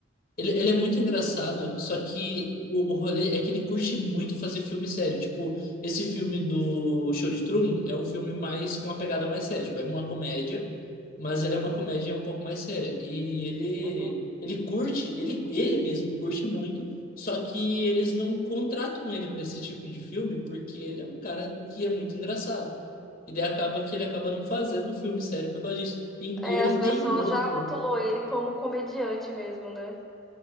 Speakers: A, on the left; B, in the centre.
A: Ele, ele é muito engraçado, só que o, o rolê é que ele curte muito fazer filme sério. Tipo, esse filme do Show de Truman é um filme mais com uma pegada mais séria. Tipo, é uma comédia, mas ele é uma comédia um pouco mais séria. E ele,
B: Uhum.
A: ele curte, ele, ele mesmo curte muito, só que eles não contratam ele para esse tipo de filme, porque ele é um cara que é muito engraçado. E daí acaba que ele acaba não fazendo filme sério por causa disso. E,
B: É,
A: e ele
B: as pessoas
A: tem um outro.
B: já rotulou ele como comediante mesmo, né?